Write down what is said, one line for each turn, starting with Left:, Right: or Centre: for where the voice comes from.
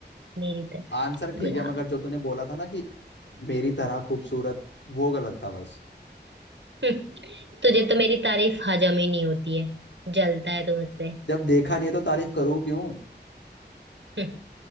Right: मेरी तरह
Left: आंसर ठीक
Right: गुलाब
Left: है मगर जो तूने बोला था ना कि मेरी तरह खूबसूरत वो गलत था बस
Right: हम्म, तुझे तो मेरी तारीफ हजम ही नहीं होती है जलता है तू मुझसे
Left: जब देखा नहीं है तो तारीफ करूँ क्यों
Right: हम्म,